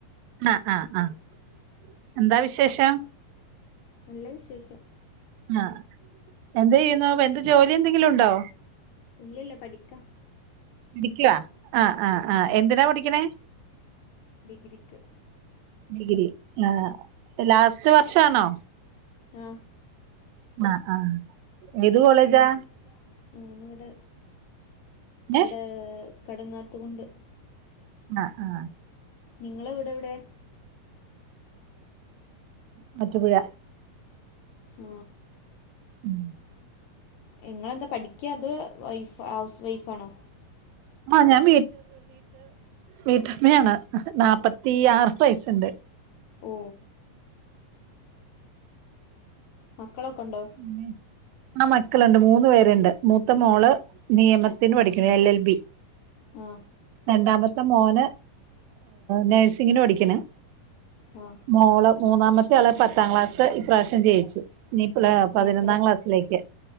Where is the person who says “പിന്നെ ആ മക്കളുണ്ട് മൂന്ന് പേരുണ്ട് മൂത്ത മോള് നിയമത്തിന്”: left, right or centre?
Right